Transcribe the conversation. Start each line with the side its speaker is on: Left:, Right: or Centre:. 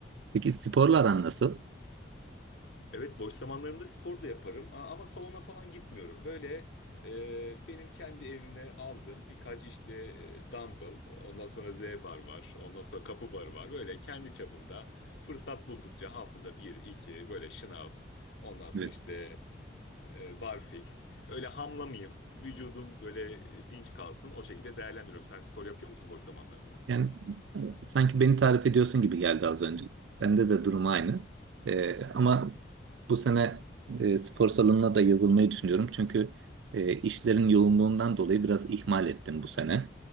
Right: Peki sporlar aran nasıl?
Left: Evet boş zamanlarımda spor da yaparım A- ama salona falan gitmiyorum. Böyle e, benim kendi evimde aldığım birkaç işte e, dumbbell, e, ondan sonra Z bar var, ondan sonra kapı barı var. Böyle kendi çapımda fırsat buldukça haftada bir, iki böyle şınav, ondan sonra
Right: Evet.
Left: işte e, barfix. Öyle hamlamayayım, vücudum böyle e, dinç kalsın o şekilde değerlendiriyorum. Sen spor yapıyor musun boş zamanlarında?
Right: Yani e, sanki beni tarif ediyorsun gibi geldi az önce. Bende de durum aynı. E, ama bu sene e, spor salonuna da yazılmayı düşünüyorum. Çünkü e, işlerin yoğunluğundan dolayı biraz ihmal ettim bu sene.